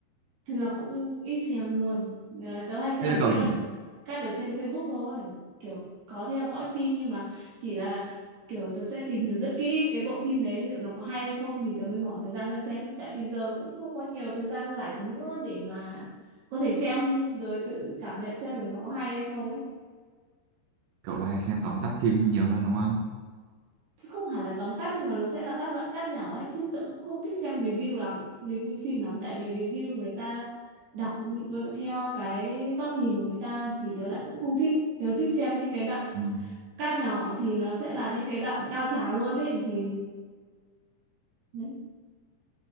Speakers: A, on the right; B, on the right.
A: thực ra cũng ít xem luôn Ờ, tớ hay xem
B: thế là
A: mấy
B: cậu
A: cái đoạn cắt ở trên Facebook thôi kiểu có theo dõi phim nhưng mà chỉ là kiểu tớ sẽ tìm hiểu rất kỹ cái bộ phim đấy liệu nó có hay hay không thì tớ mới bỏ thời gian ra xem Ý, tại vì giờ cũng không có nhiều thời gian rảnh nữa để mà có thể xem rồi tự cảm nhận xem được nó có hay hay không ấy
B: cậu là hay xem tóm tắt phim nhiều hơn đúng không
A: không hẳn là tóm tắt nhưng mà nó sẽ là các đoạn cắt nhỏ ấy chứ tớ cũng không thích xem review lắm review phim lắm tại vì review người ta đọc theo cái góc nhìn của người ta thì tớ lại cũng không thích tớ thích xem những cái đoạn
B: ừ.
A: cắt nhỏ thì nó sẽ là những cái đoạn cao trào luôn đấy thì đấy